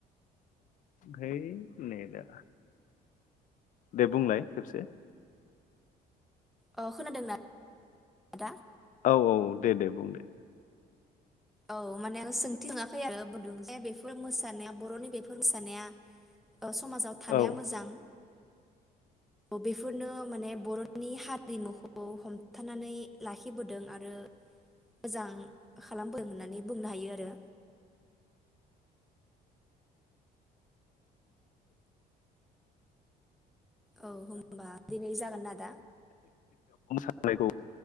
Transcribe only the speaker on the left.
है नेदा दे बुंलाय खेबसे
औ औ दे दे बुंदे
औ
खौ